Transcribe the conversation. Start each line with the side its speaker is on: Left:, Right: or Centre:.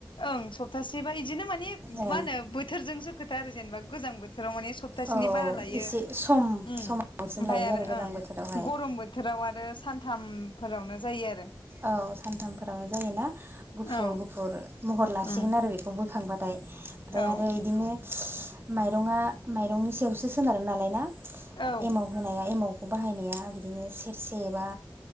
Left: ओं सप्तासेबा इदिनो माने
Right: औ
Left: मा होनो बोथोरजोंसो खोथा आरो जेनेबा गोजां बोथ थोराव माने सप्तासेनि
Right: औ
Left: बारा लायो
Right: एसे
Left: उम
Right: सम समा बांसिन
Left: ओमफाय
Right: लायो
Left: आरो
Right: गोजां
Left: ओं
Right: बोथोरावहाय
Left: गरम बोथोराव आरो सानथाम फोरावनो जायो आरो
Right: औ सानथामफोरावनो जायोना गुफुर
Left: औ
Right: गुफुर महर लासिगोन
Left: उम
Right: आरो बेखौ बोखांबा थाय ओमफ्राय
Left: औ
Right: आरो इदिनो माइरंआ माइरंनि सायावसो सोनारो नालाय ना
Left: औ
Right: एमाव होनाया एमाव खौ बाहायनाया बिदिनो सेरसे बा